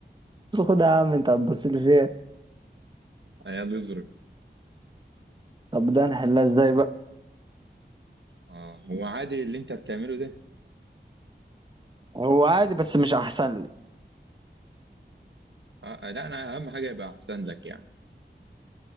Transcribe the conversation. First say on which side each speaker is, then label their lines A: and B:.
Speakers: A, on the right; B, on the right.
A: قلت له خد يا عم انت هتبص لي فيها
B: عيال يظرف
A: طب ده نحلها ازاي بقى
B: اه هو عادي اللي انت بتعمله ده
A: هو عادي بس مش احسن لي
B: آه آه، لا انا اهم حاجه يبقى احسن لك يعني